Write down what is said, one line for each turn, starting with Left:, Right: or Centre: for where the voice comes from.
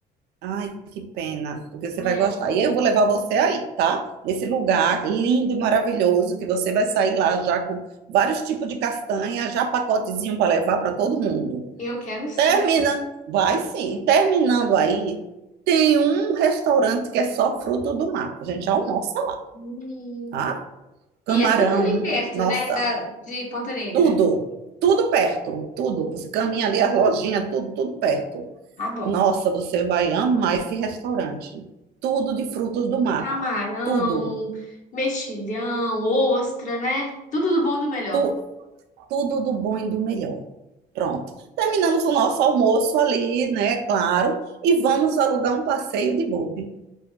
Right: Ai, que pena, porque você
Left: É,
Right: vai gostar. E eu vou levar você aí, tá? Nesse lugar lindo e maravilhoso, que você vai sair lá já com vários tipos de castanha, já pacotezinho para levar para todo mundo.
Left: eu quero um suco.
Right: Termina, vai sim. Terminando aí, tem um restaurante que é só fruto do mar. A gente já almoça lá,
Left: Hum.
Right: tá? Camarão,
Left: E é tudo ali perto,
Right: nossa,
Left: né, da, de Ponta Negra.
Right: tudo, tudo perto, tudo. Você caminha ali, as lojinhas, tudo, tudo perto.
Left: Tá bom.
Right: Nossa, você vai amar esse restaurante. Tudo de frutos do mar.
Left: Camarão,
Right: Tudo.
Left: mexilhão, ostra, né? Tudo do bom e do melhor.
Right: Tu- tudo do bom e do melhor. Pronto. Terminamos o nosso almoço ali, né? Claro. E vamos alugar um passeio de buggy.